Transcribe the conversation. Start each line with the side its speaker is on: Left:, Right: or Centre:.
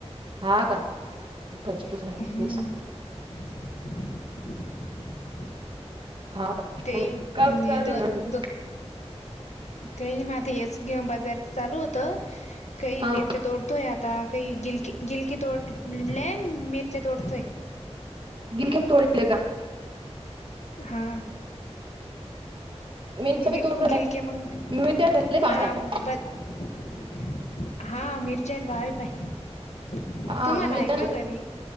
Right: हा का भजी प <unintelligible>
Left: हम्म
Right: बेसन
Left: <inaudible>
Right: हाव का
Left: ते
Right: मंग का चालू
Left: दो
Right: ये मं अजून
Left: दो काही नाही म आता हेचे गेम बाजारच चालू होत काही
Right: हा
Left: मिरच्या तोडतोय आता काही गिलकी गिलकी तोडलेनं मिरची तोडतोय.
Right: गिलक्या बी तोडले का?
Left: हा.
Right: मिरच्या
Left: गिल
Right: बी तोडलेल्या
Left: गिलकि मंग
Right: मिरच्या लय भाव
Left: हा
Right: आहे आता
Left: मग ते ब हा मिरच्या ले भाव ये पाय
Right: हा
Left: तुम्हाला
Right: मिरच्या
Left: हाय का घरी